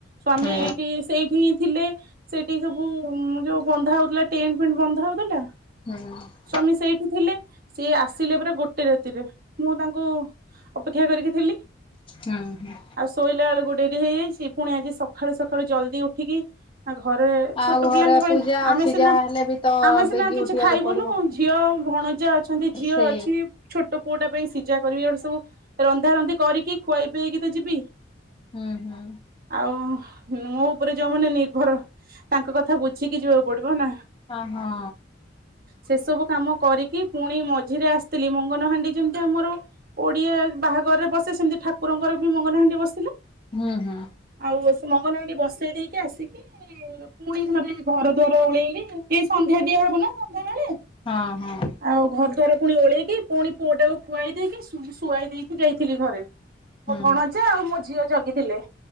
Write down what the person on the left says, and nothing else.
ହୁଁ
ହୁଁ।
ହୁଁ ହୁଁ
ଆଉ
ଘରେ
ପୂଜା ଅଛି
ଯାହା ହେଲେ ବି ତ
ବେଗି
ଉଠିବାକୁ
ପଡିବ।
ସେ
ହୁଁ ହୁଁ
ହଁ ହଁ।
ହୁଁ ହୁଁ।
ହଁ ହଁ।
ହୁଁ ହୁଁ